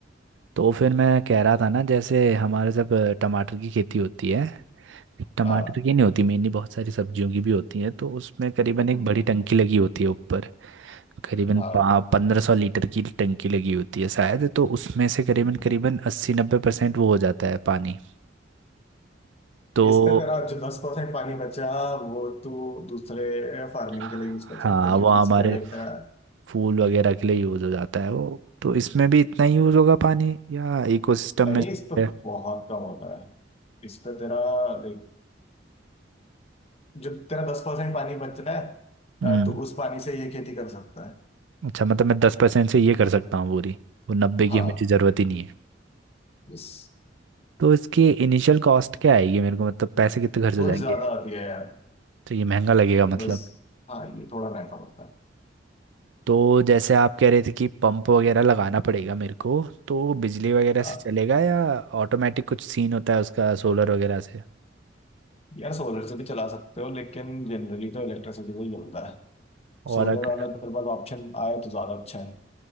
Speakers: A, on the right (about 85°); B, on the left (about 35°).
A: तो फिर मैं कह रहा था ना जैसे हमारे सब अ, टमाटर की खेती होती है टमाटर
B: हाँ
A: की नहीं होती मेनली बहुत सारी सब्जियों की भी होती है तो उसमें करीबन एक
B: हम्म,
A: बड़ी टंकी लगी होती है ऊपर करीबन
B: हाँ
A: पंद्रह सौ लीटर की टंकी लगी होती है शायद तो उसमें से करीबन
B: हम्म।
A: करीबन अस्सी नब्बे परसेंट वो हो जाता है पानी तो
B: इस पे तेरा जो दस परसेंट पानी बचा वो तू दूसरे फार्मिंग
A: हाँ
B: के लिए यूज कर सकता है क्योंकि
A: वो हमारे
B: इस पे लाइक तेरा
A: फूल वगैरह के लिए यूज़ हो जाता है वो तो इसमें भी इतना ही यूज़ होगा पानी या इकोसिस्टम
B: नहीं
A: में जो
B: इस पे
A: है?
B: बहुत कम होता है इस पे तेरा लाइक जो तेरा दस परसेंट पानी बच रहा है
A: हम्म
B: अ, तो उस पानी से ये खेती कर सकता है
A: अच्छा मतलब मैं दस परसेंट से ये कर सकता हूँ पूरी वो नब्बे की
B: हाँ
A: हमें ज़रूरत ही नहीं है
B: यस
A: तो इसकी इनिशियल कॉस्ट क्या आएगी मेरे को मतलब पैसे कितने खर्च हो
B: थोड़ी
A: जाएंगे
B: ज्यादा आती है यार
A: तो ये महंगा लगेगा मतलब।
B: बस हाँ ये थोड़ा महंगा पड़ता है
A: तो जैसे आप कह रहे थे कि पंप वगैरह लगाना पड़ेगा मेरे को तो बिजली वगैरह
B: हाँ,
A: से चलेगा या ऑटोमेटिक कुछ सीन होता है उसका सोलर वगैरह से
B: यार सोलर से भी चला सकते हो लेकिन जनरली तो इलेक्ट्रिसिटी से ही होता है
A: और
B: सोलर
A: अगर
B: वाला तेरे पास ऑप्शन आए तो ज्यादा अच्छा है